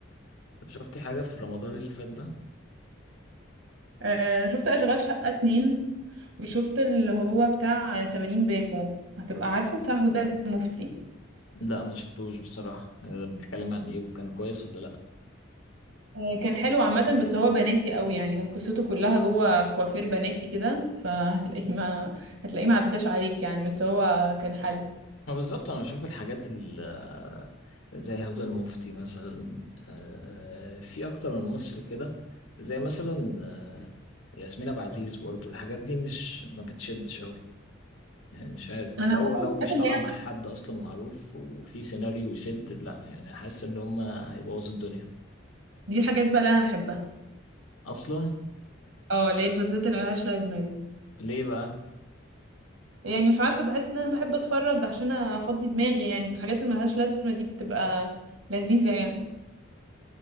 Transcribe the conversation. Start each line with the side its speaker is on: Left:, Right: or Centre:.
Left: طب شفتي حاجه في رمضان اللي فات ده
Right: آه شفت اشغال شقه اتنين وشفت اللي هو بتاع 80 باكو هتبقى عارفه بتاع هدى المفتي
Left: لا ما شفتوش بصراحه يعني ده بيتكلم عن ايه وكان كويس ولا لا
Right: آه، كان حلو عامة بس هو بناتي قوي يعني كان قصته كلها جوه كوافير بناتي كده فهتلاقيه ما هتلاقيه ما عداش عليك يعني بس هو كان حلو
Left: ما بالظبط انا بشوف الحاجات ال- آه، زي هدى المفتي مثلا آه، في اكتر من ممثل كده زي مثلا آه، ياسمين عبد العزيز برضو الحاجات دي مش ما بتشدش قوي يعني مش عارف
Right: انا
Left: لو
Right: عامة
Left: لو
Right: الحاجات
Left: مش طالع
Right: اللي هي
Left: مع حد اصلا معروف وفي سيناريو يشد لا يعني حاسس ان هم هيبوظوا الدنيا
Right: دي الحاجات بقى اللي انا بحبها
Left: اصلا
Right: اه اللي هي المسلسلات اللي ملهاش لازمة دي
Left: ليه بقى
Right: يعني مش عارفة بحس ان انا بحب اتفرج عشان افضي دماغي يعني في الحاجات اللي ملهاش لازمة دي بتبقى لذيذة يعني